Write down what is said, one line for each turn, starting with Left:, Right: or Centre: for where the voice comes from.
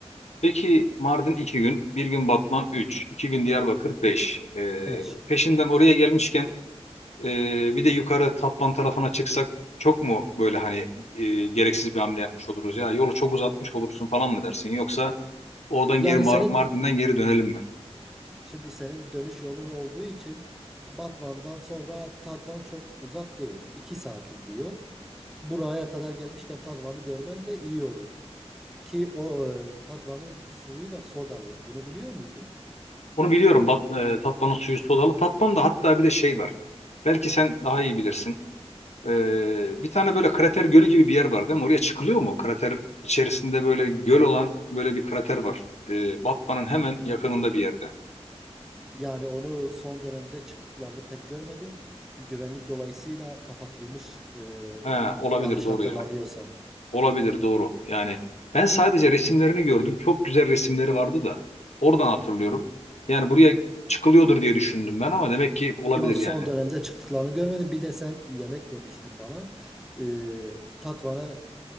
Left: Peki Mardin iki gün, bir gün Batman 3, 2 gün Diyarbakır 5. Ee,
Centre: Beş.
Left: peşinden oraya gelmişken e, bir de yukarı Tatvan tarafına çıksak çok mu böyle hani e, gereksiz bir hamle yapmış oluruz ya yolu çok uzatmış olursun falan mı dersin yoksa oradan
Centre: Yani
Left: geri Mar
Centre: senin
Left: Mardin'den geri dönelim mi?
Centre: Şimdi senin dönüş yolun olduğu için Batman'dan sonra Tatvan çok uzak değil. 2 saatlik bir yol. Buraya kadar gelmişken Tatvan'ı görmen de iyi olur. Ki o e, Tatvan'ın suyu da sodalı. Bunu biliyor muydun?
Left: Onu biliyorum Bat e, Tatvan'ın suyu sodalı. Tatvan'da hatta bir de şey var. Belki sen daha iyi bilirsin. Ee, bir tane böyle krater gölü gibi bir yer var değil mi? Oraya çıkılıyor mu? Krater içerisinde böyle göl olan böyle bir krater var. Ee, Batman'ın hemen yakınında bir yerde.
Centre: Yani onu son dönemde çıktıklarını pek görmedim. Güvenlik dolayısıyla kapatılmış e,
Left: Ha, olabilir
Centre: yanlış
Left: doğru
Centre: hatırlamıyorsam.
Left: ya.
Centre: Anladım.
Left: Olabilir doğru. Yani ben sadece resimlerini gördüm. Çok güzel resimleri vardı da. Oradan hatırlıyorum. Yani buraya çıkılıyordur diye düşündüm ben ama demek ki olabilir
Centre: Yo son
Left: yani.
Centre: dönemde çıktıklarını görmedim. Bir de sen yemek demiştin bana. E, Tatvan'a